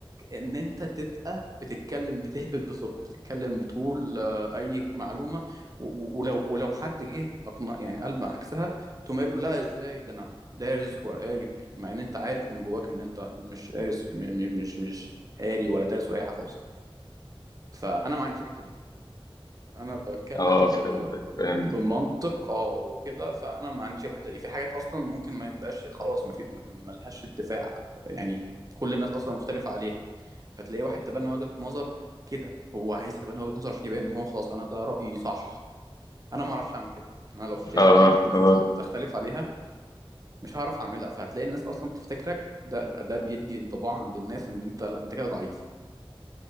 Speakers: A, on the right; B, on the left.
A: ان انت تبقى بتتكلم بتهبط بثقه بتتكلم بتقول آه، اي معلومه و- و- ولو ولو حد جه اقنع يعني قال عكسها تقوم قايل له لا ازاي ده انا دارس وقاري مع ان انت عارف من جواك ان انت مش قارس م- م- مش مش قاري ولا دارس ولا اي حاجه خالص فانا ما عنديش الحته دي انا بتكلم
B: اه فهمتك
A: ب...
B: فهمت
A: بمنطق اه وكده فانا ما عنديش الحته دي في حاجات اصلا ممكن ما يبقاش خلاص ما في ما ما لهاش اتفاق يعني كل الناس اصلا مختلفه عليها فتلاقي واحد تبنى وجهه نظر كده هو عايز يتبنى وجهه نظر عشان يبين ان هو خلاص انا ده رايي صح انا ما اعرفش اعمل كده انا لو شايف
B: اه
A: حاجه كل الناس
B: اه
A: بتختلف عليها مش هعرف اعملها فهتلاقي الناس اصلا تفتكرك ده ده, ده بيدي انطباع عند الناس ان انت لا انت كده ضعيف